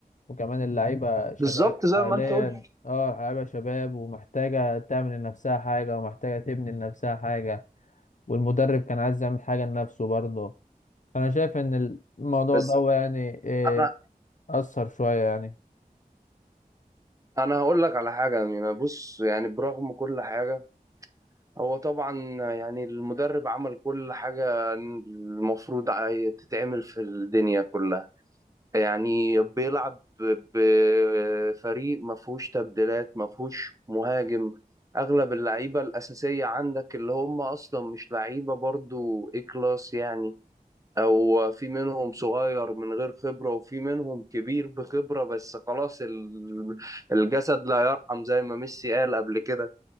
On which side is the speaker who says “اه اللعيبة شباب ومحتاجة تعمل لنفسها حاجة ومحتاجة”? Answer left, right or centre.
Left